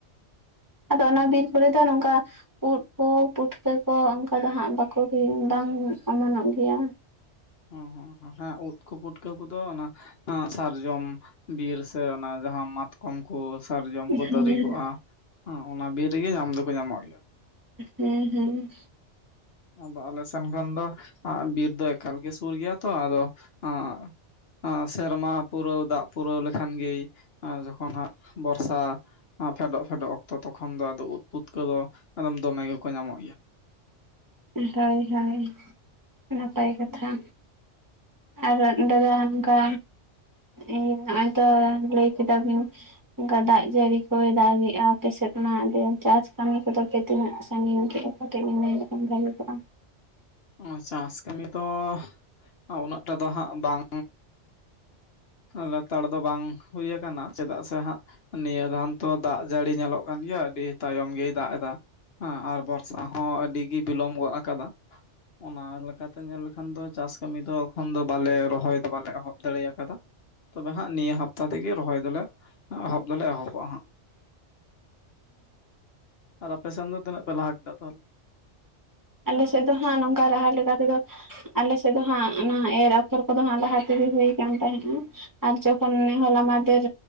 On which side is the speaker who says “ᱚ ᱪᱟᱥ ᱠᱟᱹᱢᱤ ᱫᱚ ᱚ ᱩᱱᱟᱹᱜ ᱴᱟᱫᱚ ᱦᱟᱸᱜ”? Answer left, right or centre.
Left